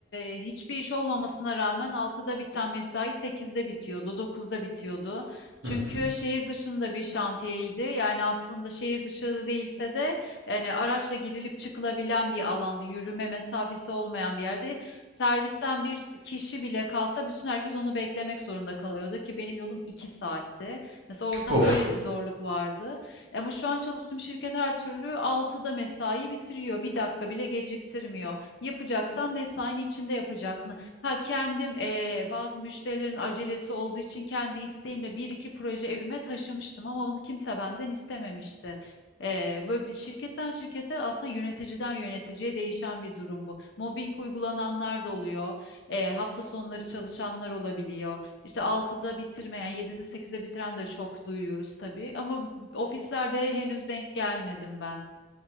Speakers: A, on the left; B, on the right.
A: e, hiçbir iş olmamasına rağmen 6'da biten mesai sekizde bitiyordu, dokuzda bitiyordu. Çünkü
B: Hı hı.
A: şehir dışında bir şantiyeydi. Yani aslında şehir dışı değilse de yani araçla girilip çıkılabilen bir alanda, yürüme mesafesi olmayan bir yerde servisten bir kişi bile kalsa bütün herkes onu beklemek zorunda kalıyordu ki benim yolum 2 saatti. Mesela orada
B: Of,
A: böyle bir zorluk vardı. Ama şu an çalıştığım şirket her türlü altıda mesai bitiriyor. Bir dakika bile geciktirmiyor. Yapacaksan mesainin içinde yapacaksın. Ha kendim eee, bazı müşterilerin acelesi olduğu için kendi isteğimle bir iki proje evime taşımıştım ama bunu kimse benden istememişti. Eee, böyle bir şirketten şirkete aslında yöneticiden yöneticiye değişen bir durum bu. Mobbing uygulananlar da oluyor. Eee, hafta sonları çalışanlar olabiliyor. İşte altıda bitirmeyen, yedide 8'de bitiren de çok duyuyoruz tabii. Ama Ofislerde henüz denk gelmedim ben.